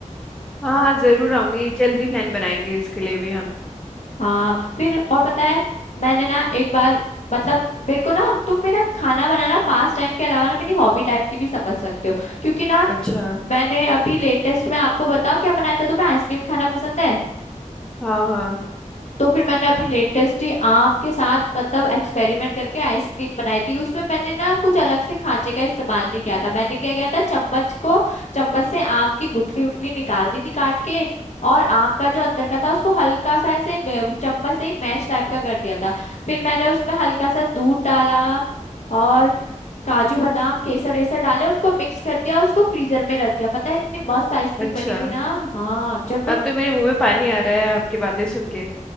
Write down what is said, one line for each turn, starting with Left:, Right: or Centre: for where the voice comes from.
Centre: हाँ जरूर आऊंगी जल्दी प्लान बनाएंगे इसके लिए भी हम
Left: हाँ फिर और पता है मैंने ना एक बार मतलब मेरे को ना तुम मेरा खाना बनाना पास टाइम के अलावा ना मेरी हॉबी टाइप की भी समझ सकते हो क्योंकि ना
Centre: अच्छा
Left: मैंने अभी लेटेस्ट में आपको बताओ क्या बनाया था तुम्हें आइसक्रीम खाना पसंद है
Centre: हाँ हाँ
Left: तो फिर मैंने अभी लेटेस्ट ही आम के साथ मतलब एक्सपेरिमेंट करके आइसक्रीम बनाई थी उसमें मैंने ना कुछ अलग से खांचे का इस्तेमाल नहीं किया था मैंने क्या किया था चम्मच को चम्मच से आम की गुठली उठली निकाल दी थी काट के और आम का जो अंदर का था उसको हल्का सा ऐसे मे- चम्मच से ही मैश टाइप का कर दिया था फिर मैंने उसमें हल्का सा दूध डाला और काजू बादाम केसर वेसर डाले उनको मिक्स कर दिया और उसको फ्रीजर में रख दिया पता है इतनी मस्त आइसक्रीम
Centre: अच्छा
Left: बनी थी ना हाँ जब तुम
Centre: अब तो मेरे मुंह में पानी आ रहा है आपकी बातें सुन के